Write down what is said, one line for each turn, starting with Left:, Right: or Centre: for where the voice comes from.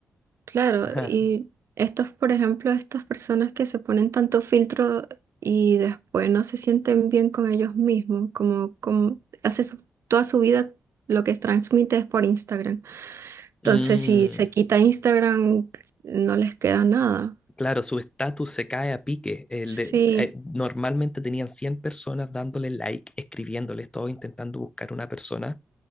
Right: claro,
Left: Ajá.
Right: y estos, por ejemplo, estas personas que se ponen tanto filtro y después no se sienten bien con ellos mismos, como, como hace su- toda su vida lo que transmite es por Instagram. Entonces,
Left: Mm.
Right: si se quita Instagram, no les queda nada.
Left: Claro, su estatus se cae a pique. El
Right: Sí,
Left: de- eh, normalmente tenían 100 personas dándole like, escribiéndole, todo intentando buscar una persona.